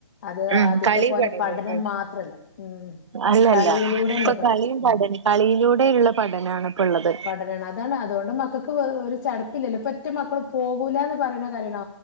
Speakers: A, on the left (about 45°); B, on the right (about 65°).
A: അത്
B: ഉം
A: ആദ്യത്തെ
B: കളി
A: പോലെ പഠനം
B: ഉം
A: മാത്രല്ല ഉം
B: അല്ലല്ല
A: കളിയിലൂ <unintelligible>
B: ഇപ്പൊ കളിയും പഠന കളിയിലൂടെയുള്ള പഠനാണ് ഇപ്പ ഉള്ളത്
A: പഠനാണ് അതാണ് അതുകൊണ്ട് മക്കൾക്ക് ഒരു ചടപ്പില്ലല്ലോ പ്പ എന്റെ മക്കൾ പോകൂല്ല എന്ന് പറയണോ കരയണോ